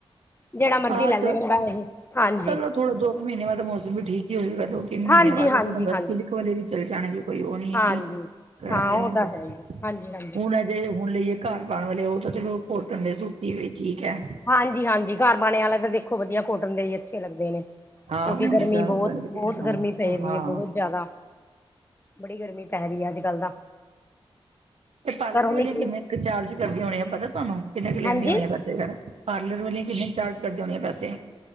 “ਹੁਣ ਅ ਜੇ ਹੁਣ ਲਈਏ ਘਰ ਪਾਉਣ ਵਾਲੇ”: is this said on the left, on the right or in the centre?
Right